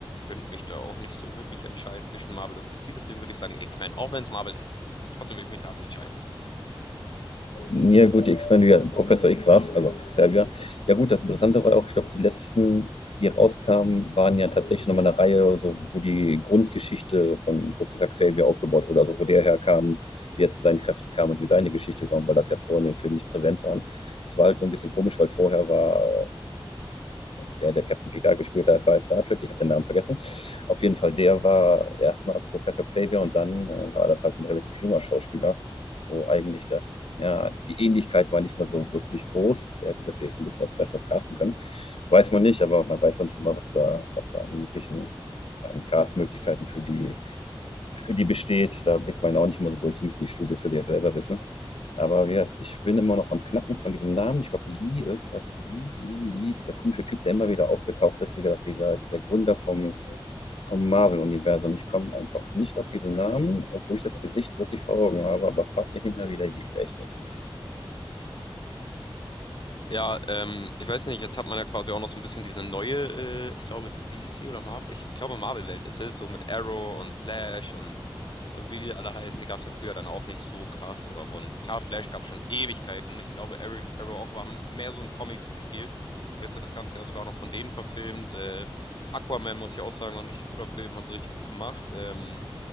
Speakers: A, on the left (about 55°); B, on the left (about 90°).
A: könnte mich da auch nicht so wirklich entscheiden zwischen Marvel und DC. Deswegen würde ich sagen X-Men, auch wenn es Marvel ist. Trotzdem würde ich mich dafür entscheiden.
B: Ja gut, die X-Men, ja, Professor X war es, also Xavier. Ja gut, das Interessante war ja auch, ich glaube, die letzten, die rauskamen, waren ja tatsächlich nochmal eine Reihe, so, wo die Grundgeschichte von Professor Xavier aufgebaut wurde, also wo der herkam, wie er zu seinen Kräften kam und wie seine Geschichte war, weil das ja vorher in den Filmen nicht präsent waren. Es war halt nur ein bisschen komisch, weil vorher war der, der Captain Picard gespielt hat bei Star Trek, ich habe den Namen vergessen. Auf jeden Fall, der war erstmal Professor Xavier und dann äh, war das halt ein relativ junger Schauspieler, wo eigentlich das, ja, die Ähnlichkeit war nicht mal so wirklich groß. Da hätten sie vielleicht ein bisschen was Besseres casten können. Weiß man nicht, aber man weiß auch nicht immer, was da, was da an möglichen, an Castmöglichkeiten für die wie die besteht, da blickt man ja auch nicht mal so durch, das müssen die Studios für sich selber wissen. Aber wie gesagt, ich bin immer noch am Knacken von diesem Namen. Ich glaube, Lee, irgendwas, Lee, Lee, Lee, dieser komische Typ, der immer wieder aufgetaucht ist, wie gesagt, dieser, dieser Gründer vom, vom Marvel-Universum. Ich komme einfach nicht auf diesen Namen, obwohl ich das Gesicht wirklich vor Augen habe, aber frag mich nicht mehr, wie der hieß, echt nicht.
A: Ja, ähm, ich weiß nicht, jetzt hat man ja quasi auch noch so ein bisschen diese neue, äh, ich glaube DC oder Marvel, ich, ich glaube Marvel-Welt ist es, so mit Arrow und Flash und, und wie die alle heißen, die gab es ja früher dann auch nicht so krass oder wurden, klar, Flash gab es schon Ewigkeiten, ich glaube Arrow, Arrow auch, aber haben mehr so in Comics gespielt und jetzt wird das Ganze ja sogar noch von denen verfilmt, äh, Aquaman muss ich auch sagen, war ein richtig guter Film, haben sie richtig gut gemacht, ähm,